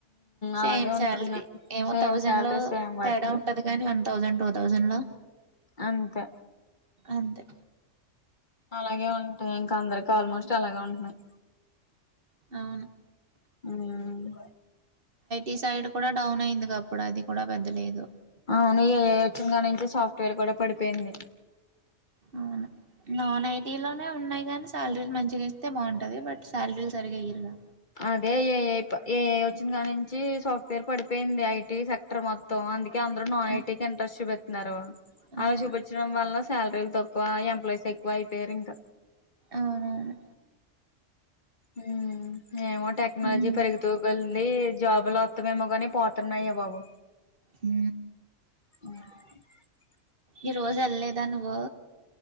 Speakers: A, on the right; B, on the left.
A: సేమ్
B: అలాగే ఉంటున్నాయి
A: సాలరీ ఏమో
B: సేమ్
A: థౌజండ్
B: శాలరీ
A: లో
B: సేమ్ వర్క్లు
A: తేడా ఉంటది కానీ వన్ థౌజండ్ టూ థౌజండ్ లో
B: అంతే
A: అంతే
B: అలాగే ఉంటాయి అందరికి ఆల్మోస్ట్ అలాగే ఉంటున్నాయి
A: అవును
B: ఉమ్మ్
A: ఈ సైడ్ కూడా డౌన్ అయింది గా అప్పుడు అది కూడా పెద్దలేదు
B: అవునుయే వచ్చిన కా నుంచి సాఫ్ట్వేర్ కూడా పడిపోయింది
A: అవును నాన్ ఐ టీ లోనే ఉన్నాయి గానీ శాలరీలు మంచిగా ఇస్తే బావుంటది బట్ శాలరీలు సరిగా ఈయరుగా
B: అదే ఏ ఐ ఏ ఐ వచ్చినకా నుంచి సాఫ్ట్వేర్ పడిపోయింది ఐ టి సెక్టర్ మొత్తం అందు అందరూ నాన్
A: ఆ,
B: ఐ టీ కి ఇంట్రస్ట్ చూపెట్ నరు
A: అవును
B: ఆ చూపిచ్చడం వల్లన శాలరీలు తక్కువ ఎంప్లాయీస్ ఎక్కువ అయిపోయారు ఇంక
A: అవునవును
B: హ్మ్ ఏమో టెక్నాలజీ
A: ఉమ్
B: పరిగి తూకుల్ ఈ జాబులు మొత్తమేమో కాని పోతున్నాయి బాబు
A: హ
B: ఆఓ
A: ఈ రోజు ఎల్ లేదా నువ్వు